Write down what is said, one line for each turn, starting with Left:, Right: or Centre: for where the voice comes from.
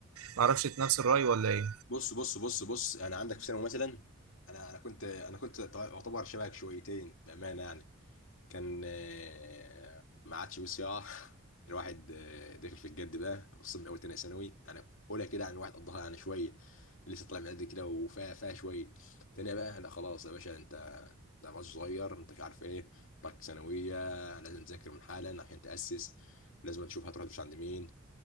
Right: معرفش إنت نفس الرأي ولا إيه
Left: بص بص بص بص أنا عندك في ثانوي مثلا أنا أنا كنت أنا كنت أعتبر شبهك شويتين بأمانة يعني كان آه، ما عادش وسع <laughs> الواحد آه، داخل في الجد بقى خصوصا من اول تانية ثانوي انا اولى كده عن واحد قضاها يعني شويه لسه طالع من قد كده وفيها فيها شويه تانية بقى لا خلاص يا باشا انت ده ماتش صغير انت مش عارف ايه راك ثانويه لازم تذاكر من حالا عشان تاسس لازم تشوف هتروح مش عند مين